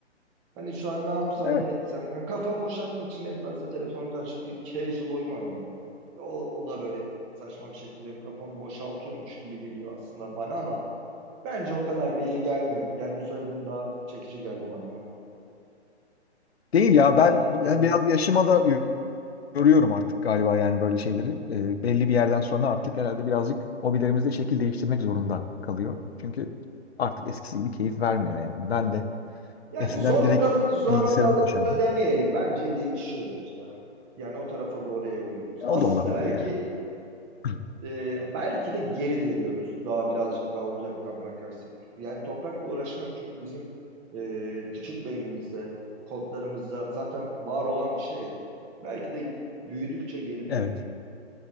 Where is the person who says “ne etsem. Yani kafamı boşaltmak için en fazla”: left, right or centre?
Right